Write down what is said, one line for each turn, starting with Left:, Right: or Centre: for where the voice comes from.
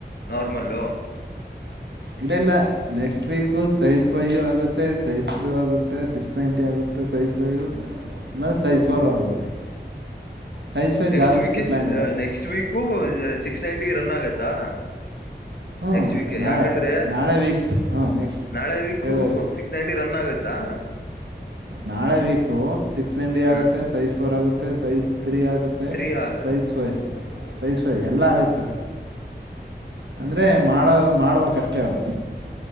Left: ನಾರ್ಮಲ್ಲು
Right: ಇದೆಲ್ಲ ನೆಕ್ಸ್ಟ್. ್ರೀಕು ಸೈಜ್ ಫೈಯ ಆಗುತ್ತೆ ಸೈಜ್ ೂ ಆಗುತ್ತೆ ಸಿಕ್ಸ್ ನೈಂಟಿ ಆಗುತ್ತೆ ಸೈಜ್ ಫೈಯ್ ಆಮೇಲೆ ಸೈಜ್ ಫೋರ್ ಆಗುತ್ತೆ. ಸೈಜ್ ಫೈವ್
Left: ನೆಕ್ಸ್ಟ್
Right: ಜಾಸ್ತಿ
Left: ವೀಕ
Right: ಪ್ಲ್ಯಾನ್ ಇಲ್ಲ
Left: next week six ninety run ಆಗತ್ತೆ. ತ್ತಾ.
Right: ಹ್ಞೂ
Left: ನೆಕ್ಸ್ಟ್ ವೀಕ್
Right: ನಾಳೆ
Left: ಯಾಕಂದ್ರೆ
Right: ನಾಳೆ ವೀಕ್ ಹಾಂ ನೆಕ್ಸ್ಟ್
Left: ನಾಳೆ ವೀಕು
Right: ಹೇಳು ಹೇಳು
Left: ಸಿಕ್ಸ್ ನೈಂಟಿ ರನ್ ಆಗತ್ತ. ದಾ.
Right: ನಾಳೆ ವೀಕು ಸಿಕ್ಸ್ ಎಂಟಿ ಆಗುತ್ತೆ
Left: ಹ
Right: ಸೈಜ್ ಫೋರ್ ಆಗುತ್ತೆ. ತ್ತ ಸೈಜ್. ರಿಯಗುತ್ತೆ
Left: ತ್ರೀ ಆಗತ್ತೆ
Right: ಸಹಿಸುವೆ. ಸೈ ಸೈ ಎಲ್ಲ ಆಯತ. ಅಂದ್ರೆ
Left: ಹ
Right: ಮಾಡ ಮಾಡ್ಬೇಕ. ಕಷ್ಟರು.